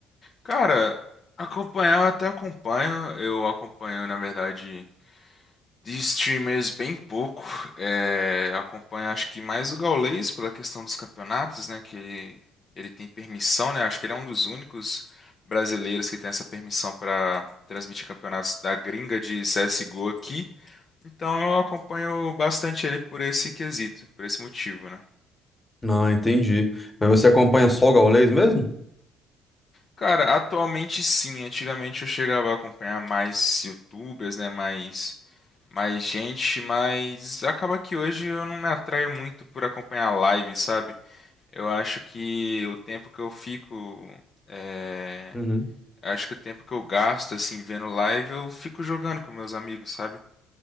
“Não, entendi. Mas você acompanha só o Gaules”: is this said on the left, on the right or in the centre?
Left